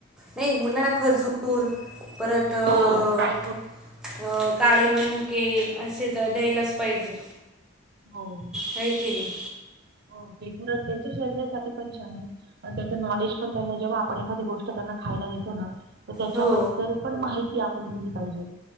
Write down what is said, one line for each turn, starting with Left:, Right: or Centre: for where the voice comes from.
Centre: नाही मुलांना खजूर परत अ
Right: हो ड्राय
Centre: काळे मनु के असे तर द्यायलाच पाहिजे
Right: हो
Centre: हे की नाही.
Right: हो त्यांच्या शरीरासाठी पण छान हे. आणि त्याच नॉलेज पण जेव्हा आपण एखादी त्यांना खायला देतोना. त्याच्याबद्दल
Centre: हो
Right: पण माहिती आपण दिली पाहिजे